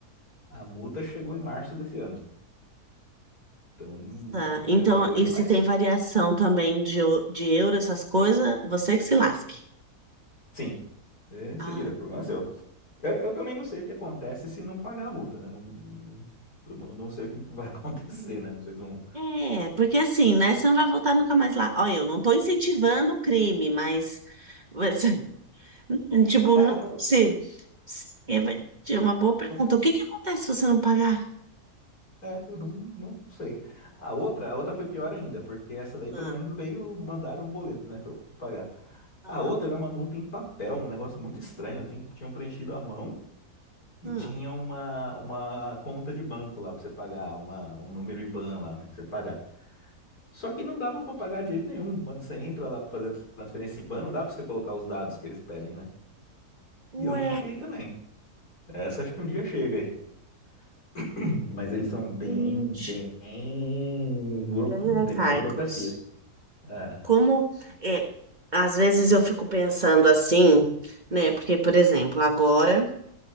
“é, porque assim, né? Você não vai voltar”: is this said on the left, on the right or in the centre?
Right